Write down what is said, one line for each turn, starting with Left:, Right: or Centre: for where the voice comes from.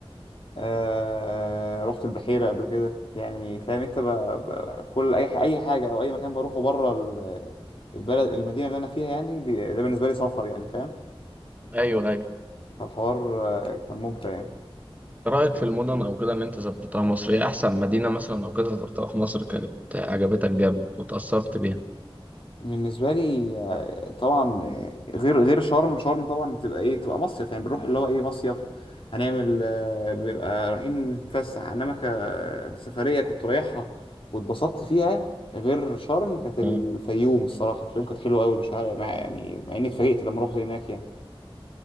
Left: آه رحت البحيرة قبل كده يعني فاهم انت بقى بقى كل اي اي حاجة او اي مكان بروحه بره ال- البلد المدينة اللي انا فيها يعني بي- ده بالنسبة لي سفر يعني فاهم
Right: ايوه ايوه
Left: فالحوار آه، كان ممتع يعني
Right: ورأيك في المدن او كده اللي انت سافرتها مصر ايه احسن مدينة مثلا او كده سافرتها في مصر كانت عجبتك جامد وتأثرت بيها
Left: بالنسبه لي آه، طبعا آه، غير غير شرم شرم طبعا بتبقى ايه بتبقى مصيف يعني بنروح اللي هو ايه مصيف هنعمل آه، بيبقى رايحين نتفسح انما كسفريه كنت رايحها واتبسطت فيها غير شرم كانت الفيوم
Right: مم.
Left: الصراحه الفيوم كانت حلوه قوي مش عارف مع يعني مع اني اتفاجئت لما رحت هناك يعني